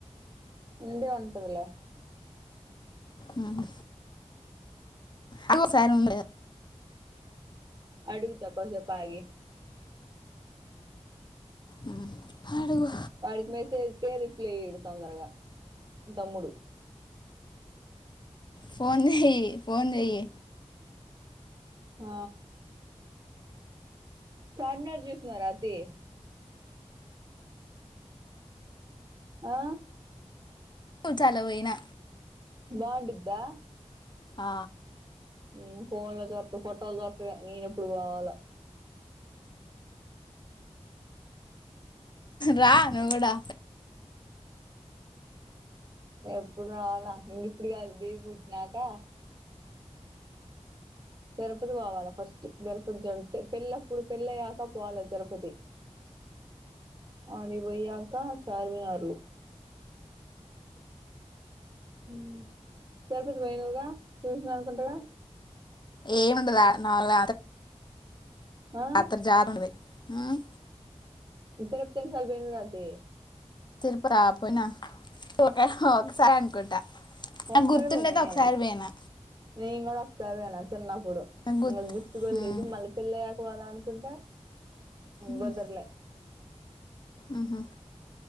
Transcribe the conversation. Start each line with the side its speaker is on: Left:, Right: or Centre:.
Right: ఉండే ఉంటదిలే
Left: ఉహుమ్ ఆహా ఓ సారి ఉం
Right: అడుగుతా కోంసేపు ఆగి
Left: అహుమ్ అడుగు
Right: వాడికి మెసేజ్ కె రిప్లై ఇయడు తొందరగా తమ్ముడు
Left: ఫోన్ చేయి ఫోన్ చేయి
Right: అ చార్మినార్ చూస్తున్నారా తీ ఆ
Left: చాల పోయినా
Right: బావుండిదా
Left: ఆ
Right: నేను ఫోన్ లో చూటం ఫోటోలు చూటమే నేను ఎప్పుడు పోవాలో
Left: రా నువ్వు కూడా
Right: ఎప్పుడు రావాలా ఇక ఇప్పుడు కాదు బేబి పుట్టినాక తిరుపతి కి పోవాలా ఫస్ట్ గర్ కొంచెం పెళ్ళప్పుడు పెళ్ళి అయ్యాక పోవాలి తిరుపతి ఆడి కి పోయాక చార్మినార్ ఉమ్ తిరుపతి పోయినవుగా గా అనుకుంటగా
Left: ఏముండదు ఆడ నావల్ల
Right: ఆ
Left: యాత్ర జారుంది ఆమ్
Right: <unintelligible>
Left: తిరుపత పోయినా ఒక ఒకసారి అనుకుంటా నాకు
Right: ఒక్కసారి
Left: గుర్తుండేది
Right: పోయినావే
Left: ఒకసారి పోయినా
Right: నేను కూడా ఒక్కసారి పోయిన తిన్న ఇప్పుడు
Left: నాకు
Right: ఇంకా గుర్తు కుడా
Left: ఉమ్.
Right: లేదు మళ్ళీ పెళ్ళయ్యాక పోదాం అనుకుంటే
Left: హుమ్
Right: కుదరలే
Left: ఉహుమ్